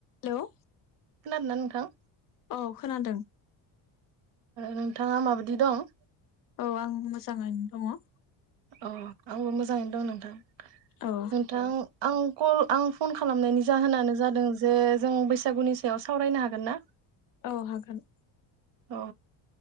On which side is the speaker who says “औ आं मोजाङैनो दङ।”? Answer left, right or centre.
Left